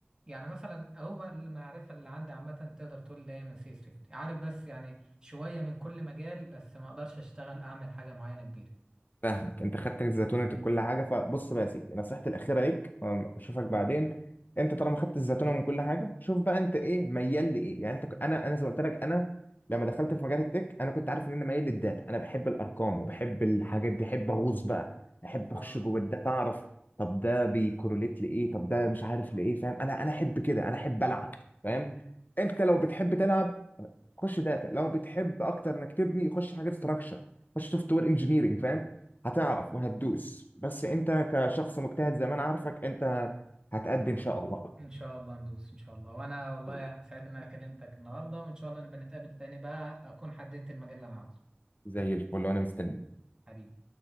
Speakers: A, on the right; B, on the left.
A: يعني مثلا هو المعرفه اللي عندي عامه تقدر تقول اللي هي من سي اس 50 عارف بس يعني شويه من كل مجال بس ما اقدرش اشتغل اعمل حاجه معينه كبيره
B: فاهمك انت خدت الزيتونه كل حاجه فبص بقى يا سيدي نصيحتي الاخيره ليك أم، اشوفك بعدين انت طالما خدت الزيتونه من كل حاجه شوف بقى انت ايه ميال لايه يعني انت ك- انا انا زي ما قلت لك انا لما دخلت في مجال التك انا كنت عارف ان انا ميال للداتا انا بحب الارقام وبحب الحاجات دي احب اغوص بقى احب اخش
A: اه
B: جوه الداتا اعرف طب ده بيكورليت لايه طب ده مش عارف لايه فاهم انا انا احب كده انا احب العب فاهم
A: جميل
B: انت لو بتحب تلعب خش داتا لو بتحب اكتر انك تبني خش حاجه ستراكشر خش سوفت وير انجينيرنج فاهم هتعرف وهتدوس بس انت كشخص مجتهد زي ما انا عارفك انت هتأدي ان شاء الله
A: ان شاء الله ندوس ان شاء الله وانا والله
B: والله
A: يعني سعيد ان انا كلمتك النهارده وان شاء الله نبقى نتقابل تاني بقى اكون حددت المجال اللي انا عاوزه
B: زي الفل وانا مستني
A: حبيبي